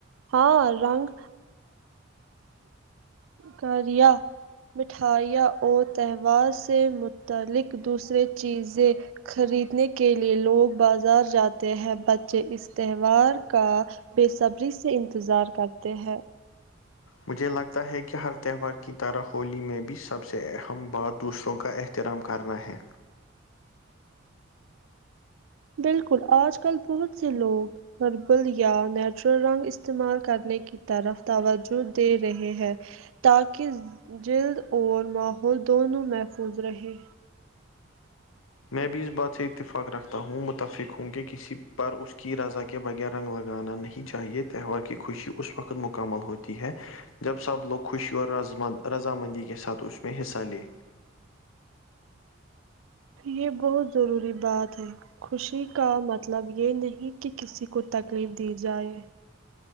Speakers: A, on the right; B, on the left.
A: ہاں رنگ کریا مٹھائیاں اور تہوار سے متعلق دوسریے چیزیں خریدنے کے لیے لوگ بازار جاتے ہیں بچے اس تہوار کا بے صبری سے انتظار کرتے ہیں
B: مجھے لگتا ہے کہ ہر تہوار کی طرح ہولی میں بھی سب سے اہم بات دوسروں کا احترام کرنا ہے
A: بالکل آج کل بہت سے لوگ ہربل یا نیچرل رنگ استعمال کرنے کی طرف توجہ دے رہے ہیں تاکہ جلد اور ماحول دونوں محفوظ رہے
B: میں بھی اس بات سے اتفاق رکھتا ہوں متفق ہوں کہ کسی پر اس کی رضا کے بغیر رنگ لگانا نہیں چاہیے تہوار کی خوشی اس وقت مکمل ہوتی ہے جب سب لوگ خوشی اور رضامندی کے ساتھ اس میں حسسا لے
A: یہ بہت ضروری بات ہے خوشی کا مطلب یہ نہیں کہ کسی کو تکلیف دی جائے